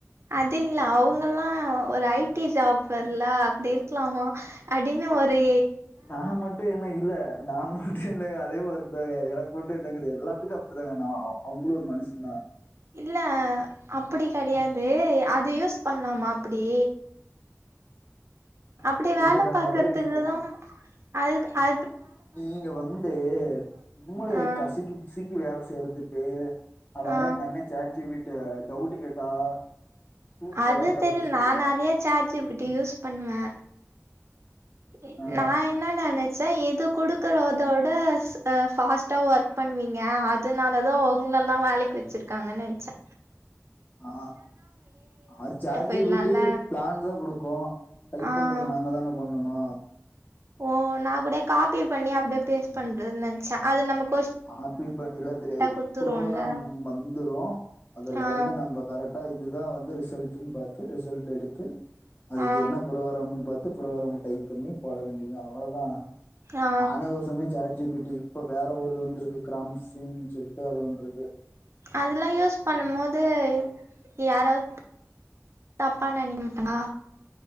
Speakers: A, on the right (about 55°); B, on the left (about 35°).
A: அது இல்ல அவங்கல்லா ஒரு ஐ டி ஜாப்பர்ல அப்டி இருக்லாமா அப்டின்னு ஒரே
B: நா மட்டும் என்ன இல்ல நா மட்டு என்னங்க அதே ஒர் க்தாங்க எனக்கு மட்டு என்னங்கது எல்லாத்துக்கும் அப்டித்தாங்க ந அவுங்களும் ஒரு மனுஷ தா
A: இல்ல அப்டி கெடையாது அது யூஸ் பண்ணலாமா அப்டி அப்டி
B: திருட்டுத்தனமா
A: வேலை பாக்கறதுக்கு
B: தா யூஸ் பண்ணோ
A: தா அது அ
B: நீங்க வந்து மூளைய
A: ஆ
B: கசுக்கி புசுக்கி வேல செய்யறதுக் கு அழகா
A: ஆ
B: எங்க அண்ண சாட் ஜி பி ட டவுட் கேட்டா சூப்பரா
A: அது
B: டவுட்ட
A: தெரியு
B: சொல்லிருவா
A: நான் நெறைய chat G B D use பண்வே எ
B: ஆ
A: நா என்ன நெனைச் சே இது கொடுக்குறதோட அ ஃபாஸ்ட்டா ஒர்க் பண்வீங்க அதனால தா ஒங் கள எல்லா வேலைக்கு வச்சிருக்காங்கன்னு நனச்சே
B: ஆ அது சாட்
A: போயிட்லால்ல
B: ஜி பி டி பிளான் தான் கொடுக் கு டைப்
A: ஆ
B: பண்றது நாங்க தான பண்ணனு
A: ஓ நா கூட காபி பண்ணி அப்டே பேஸ் பண்றத் நென்ச்சே அது நமக்
B: காப்பி பண்ணிலா தெரியாது
A: குடுத்துரும்ல
B: புரோகராம் வந்துரு அதுலருந்து
A: ஆ
B: நம்ப கரெக்டா இது இதா வந்து ரிசல்ட்டுன் பாத்து ரிசல்டெடுத்து அதுக்கு
A: ஆ
B: என்ன புரோகிராம்ன் பாத் து புரோகிராம் டைப் பண்ணி போட வேண்டிதா அவ்வளோதா
A: ஆ
B: நானே ஒர் சம்யு சாட் ஜி பி டி இப்ப வேற ஒருது வந்துருக்கு கிராம்சின்னு சொல்ட்டு அது ஒன்ருக்கு
A: அதெல்லா யூஸ் பண்ணும் போது யாராவ் தப்பா நெனிக்க மாட்டங்ளா